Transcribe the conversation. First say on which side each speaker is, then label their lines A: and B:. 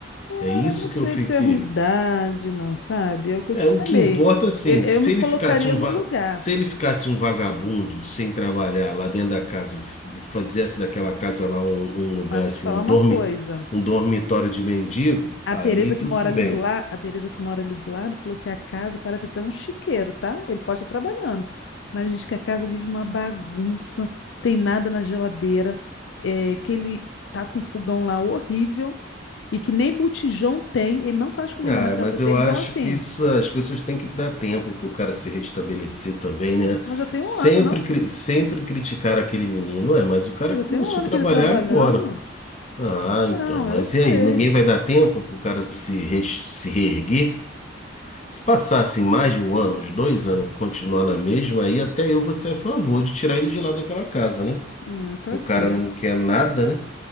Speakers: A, on the left; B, on the left.
A: Ah,
B: É isso
A: não sei
B: que eu fiquei.
A: se é ruindade, não, sabe? É o que eu
B: É,
A: te
B: o
A: falei.
B: que importa, assim,
A: Eu,
B: que
A: eu
B: se
A: me colocaria
B: ele ficasse um,
A: no
B: va-
A: lugar,
B: se ele ficasse um vagabundo sem trabalhar lá dentro da casa, f- fizesse daquela casa lá um, um lugar
A: mas vou
B: assim,
A: te falar
B: um
A: uma
B: dorme,
A: coisa.
B: um dormitório de mendigo,
A: A
B: aí
A: Tereza
B: tudo
A: que mora ali
B: bem.
A: do lado, a Tereza que mora ali do lado falou que a casa parece até um chiqueiro, tá? Ele pode estar trabalhando, mas diz que a casa vive uma bagunça, tem nada na geladeira, é, que ele tá com um fogão lá horrível e que nem botijão tem, ele não faz comida
B: Ah,
A: na casa
B: mas
A: dele,
B: eu acho
A: então assim,
B: que isso as pessoas têm que dar tempo para o cara se restabelecer também, né?
A: Mas já tem
B: Sempre,
A: um ano, não?
B: cri- sempre criticar aquele menino, é, mas o cara
A: Mas
B: começou
A: já tem um ano
B: a trabalhar
A: que ele tá trabalhando.
B: agora. Ah,
A: Não,
B: então, mas
A: eu sei.
B: e aí? Ninguém vai dar tempo para o cara se, res- se reerguer? Se passasse mais de um ano, uns dois anos, continuar na mesma, aí até eu vou ser a favor de tirar ele de lá daquela casa, né?
A: Não, tá
B: O
A: certo.
B: cara não quer nada, né?